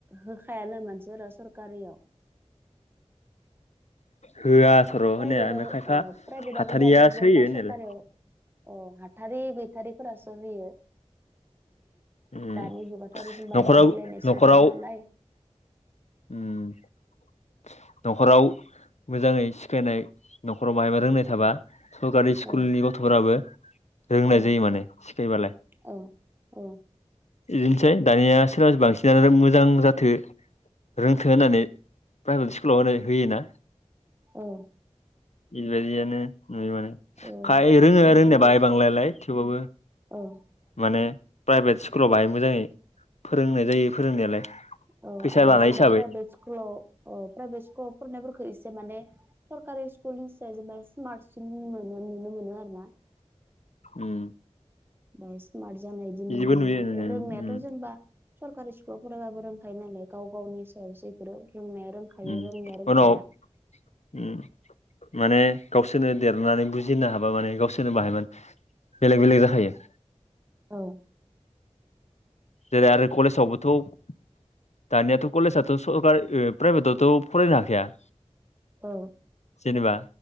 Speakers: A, on the right; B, on the left.
A: होखायानो मानसिफोरा सरकारियाव
B: होआ सर' होनाया
A: प्राइभेटाव
B: ओमफ्राय खायफा
A: ओ प्राइभेटाव
B: हाथारियासो
A: होबाबो जेनेबा
B: होयो होनायालाय
A: सरकारियाव अ हाथारि गैथारिफोरासो होयो।
B: उम
A: दानि जुगाथ' आरो जेनेबा
B: न'खराव
A: बादायलायनायसो
B: न'खराव
A: जुग नालाय
B: उम न'खराव मोजाङै सिखायनाय न' खराव बायबा रोंनाय
A: औ
B: थाबा सरकारि
A: औ
B: स्कुलनि गथ'फोराबो रोंनाय
A: औ
B: जायो माने सिखायबालाय
A: औ औ
B: इदिनोसै दानिया सोरबा बांसिनानो मोजां जाथो रोंथौ होननानै प्राइभेट स्कुलाव होनो होयोना?
A: औ
B: बेबायदियानो नुयो माने
A: औ
B: खाय रोङो
A: खिन्थु
B: रोंनाया बाहाय बांलायालाय थेवबाबो
A: औ
B: माने प्राइभेट स्कुलाव बाहाय मोजाङै फोरोंनाय जायो फोरोंनायालाय
A: औ
B: फैसा
A: आरो
B: लानाय
A: जेनेबा
B: हिसाबै
A: प्राइभेट स्कुलाव औ प्राइभेट स्कुलाव फरायनायफोरखौ एसे माने सरकारि स्कुलसायसो बाय स्मार्ट सिन नुनो मोनो आरो ना
B: उम
A: ओमफ्राय स्मार्ट जानाय बिदि नुनो
B: बिदिबो
A: मोनो
B: नुयो
A: ओमफ्राय
B: नुनाया
A: रोंनायाथ'
B: उम
A: जेनबा सरकारि स्कुलाव फरायबाबो रोंखायो नालाय गाव गावनि सायावसो इफोरो रोंनाया रोंखायो
B: उम
A: रोङिया रोंखाया
B: उनाव उम माने गावसोरनो देरनानै बुजिनो हाबा माने गावसोरनो बाहाय माने बेलेग बेलेग जाखायो
A: औ
B: जेरै आरो कलेजावबोथ' दानियाथ' कलेजाथ' सरकारि प्राइभेटआवथ' फरायनो हाखाया
A: औ
B: जेनेबा